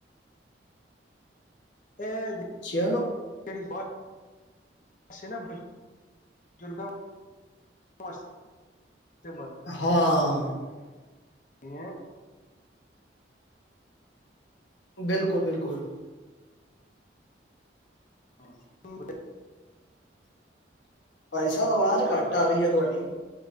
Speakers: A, on the left; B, on the left.
A: ਇਹ ਜਿ-ਜਿਹੜੀ
B: ਚਲੋ
A: ਬੱਸ ਵੈਸੇ ਨਾ ਬਜ਼ੁਰਗਾਂ ਵਾਸਤੇ ਵਧੀਆ ਏ।
B: ਹਾਂ।
A: ਹਾਂ। <inaudible>
B: ਬਿਲਕੁਲ-ਬਿਲਕੁਲ।
A: ਹਾਂ, <unintelligible>
B: <unintelligible> ਭਾਈ ਸਾਹਿਬ, ਆਵਾਜ਼ ਘੱਟ ਆ ਰਹੀ ਹੈ ਤੁਹਾਡੀ।